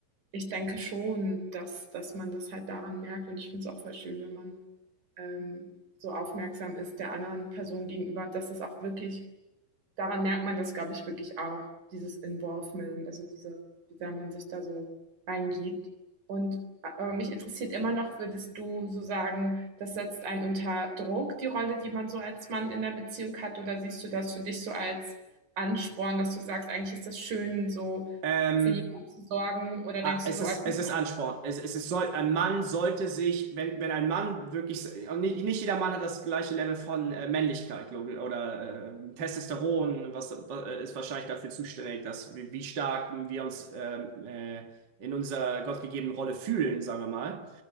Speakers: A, on the right; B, on the right.
A: Ich denke schon, dass, dass man das halt daran merkt und ich finde es auch voll schön, wenn man ähm, so aufmerksam ist der anderen Person gegenüber, dass es auch wirklich daran merkt man das, glaube ich, wirklich auch, dieses Involvement, also diese, wie sehr man sich da so reingibt. Und aber mich interessiert immer noch, würdest du so sagen, das setzt einen unter Druck, die Rolle, die man so als Mann in der Beziehung hat, oder siehst du das für dich so als Ansporn, dass du sagst, eigentlich ist das schön, so
B: Ähm,
A: für jemanden zu sorgen, oder denkst
B: Ah, Es
A: du so,
B: ist,
A: oh, das
B: es
A: ist
B: ist Ansporn. Es, es ist, soll, ein Mann sollte sich, wenn, wenn ein Mann wirklich, und nicht, nicht jeder Mann hat das gleiche Level von äh, Männlichkeit, glaube ich, oder äh, Testosteron, was, was äh, ist wahrscheinlich dafür zuständig, dass wir, wie stark wir uns ähm, äh, in unserer gottgegebenen Rolle fühlen, sagen wir mal.